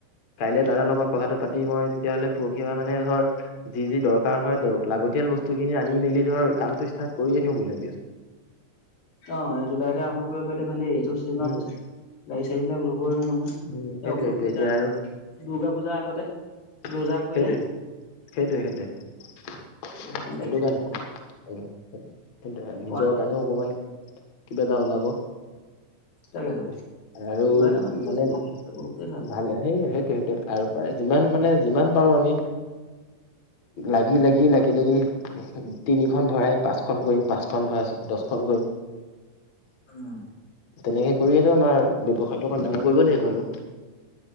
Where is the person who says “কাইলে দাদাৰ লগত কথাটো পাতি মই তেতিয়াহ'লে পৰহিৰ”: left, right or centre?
Left